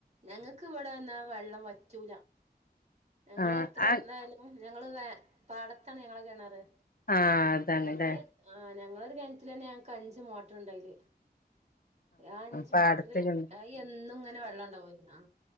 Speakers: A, on the right; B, on the left.
A: ഞങ്ങക്ക് ഇവടെ ന്നാ വെള്ളം വറ്റൂല ഞങ്ങള്
B: ആ
A: എത്ര
B: ആ
A: ഇതായാലും ഞങ്ങള് വേ പാടത്താണ് ഞങ്ങളെ കെണറ്
B: ആ അതാണ്ല്ലേ
A: ഞങ്ങള് ആ ഞങ്ങളെ ഒരു കൊൻറ്റിലന്നെ ഞങ്ങക്ക് അഞ്ച് മോട്ടറ്ണ്ട് ഐല് ആ അഞ്ച്
B: പാടത്ത്
A: മോട്ടറ്
B: കിണറ്
A: അത് എന്നും ഇങ്ങനെ വെള്ളണ്ടാവും ഐല് ആ